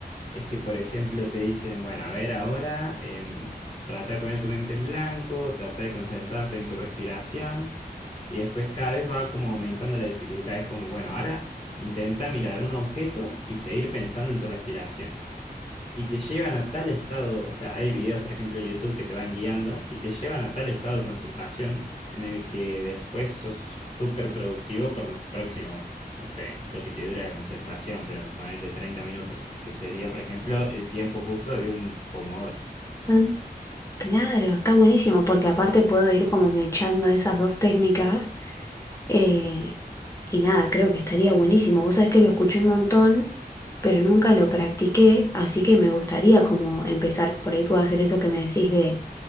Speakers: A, on the left; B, on the left.
A: Es que, por ejemplo, te dicen, bueno, a ver ahora, em, trata de poner tu mente en blanco, trata de concentrarte en tu respiración y después cada vez va como aumentando la dificultad. Es como, bueno, ahora intenta mirar un objeto y seguir pensando en tu respiración y te llevan a tal estado, o sea, hay videos, por ejemplo, en YouTube que te van guiando y te llevan a tal estado de concentración en el que después sos súper productivo por los próximos, no sé, lo que te dure la concentración, pero ponerle 30 minutos, que sería, por ejemplo, el tiempo justo de un pomodoro.
B: Ah, Claro, está buenísimo, porque aparte puedo ir como mechando esas dos técnicas Eh, y nada, creo que estaría buenísimo. Vos sabés que lo escuché un montón, pero nunca lo practiqué, así que me gustaría como empezar. Por ahí puedo hacer eso que me decís de,